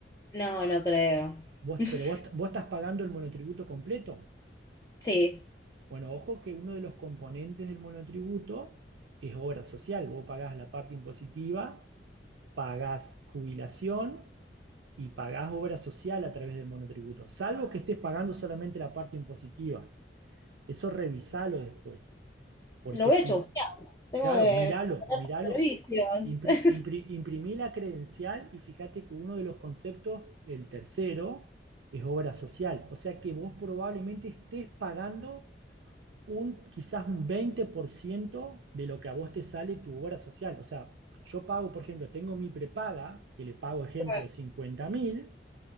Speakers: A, on the left (about 20°); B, on the right (about 75°).
A: No, no creo.
B: Vos,
A: <laughs>
B: pero vos, vos estás pagando el monotributo completo.
A: Sí,
B: Bueno, ojo que uno de los componentes del monotributo es obra social. Vos pagás la parte impositiva, pagás jubilación y pagás obra social a través del monotributo, salvo que estés pagando solamente la parte impositiva. Eso revisalo después, porque
A: lo voy
B: si,
A: a chusmear. Tengo
B: claro,
A: que
B: míralo,
A: contratar
B: míralo,
A: tus servicios.
B: impri, impri, imprimí la credencial y fíjate que uno de los conceptos, el tercero, es obra social. O sea que vos probablemente estés pagando un, quizás un 20% de lo que a vos te sale tu obra social. O sea, yo pago, por ejemplo, tengo mi prepaga, que le pago, ejemplo,
A: <laughs>
B: cincuenta mil,